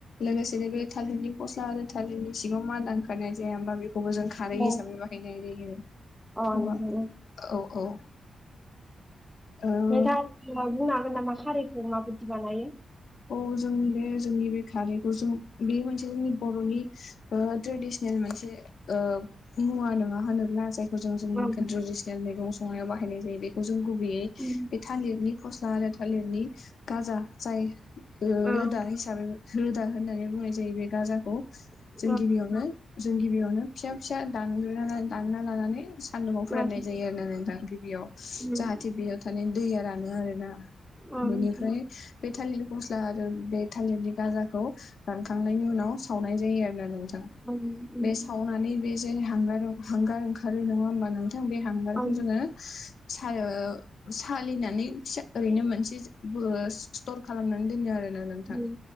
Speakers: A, on the left; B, in the centre.
A: लोगोसेनो बे थालिरनि फस्ला आरो थालिरनि सिङाव मादा ओंखारनाय जाया होनबा बेखौबो जों खारै
B: नोंथां
A: हिसाबै बाहायनाय जायो।
B: अ
A: खोमा
B: नोंथां
A: औ औ। औ
B: नोंथाङा <unintelligible> बुंनो हागोन नामा खारैखौ माबायदि बानायो?
A: औ जों बे जोंनि बे खारैखौ जों बे मोनसे जोंनि बर'नि ओ ट्रेडिसनेल मोनसे ओ मुवा नोङा होनोब्ला? <unintelligible> जायखौ जों जोंनि
B: ओं
A: ट्रेडिसनेल मैगं संनायाव बाहायनाय जायो बेखौ जों गुबैयै
B: उम
A: बे थालिरनि फस्ला आरो थालिरनि गाजा जाय ओ
B: ओं
A: रोदा हिसाबै रोदा होननानै बुंनाय जायो बे गाजाखौ।
B: <inaudible>
A: जों गिबियावनो जों गिबियावनो फिसा फिसा दानग्रोनानै दानना लानानै सान्दुंङाव फोराननाय
B: ओं
A: जायो। आरोना नोंथां गिबियाव
B: उम
A: जाहाथे बेयो थालिरनि दैआ रानो आरोना।
B: ओं
A: बेनिफ्राय
B: नोंथां
A: बे थालिर फस्ला आरो बे थालिरनि गाजाखौ रानखांनायनि उनाव सावनाय जायो आरो। ना नोंथां
B: ओं उम
A: बे सावनानै बे जे हांगार हांगार ओंखारो नङा होनबा? थां बे हांगारखौ
B: ओं
A: जोङो सा ओ सालिनानै फिसा ओरैनो मोनसे बो स्टर खालामनानै दोनो आरोना नोंथां
B: उम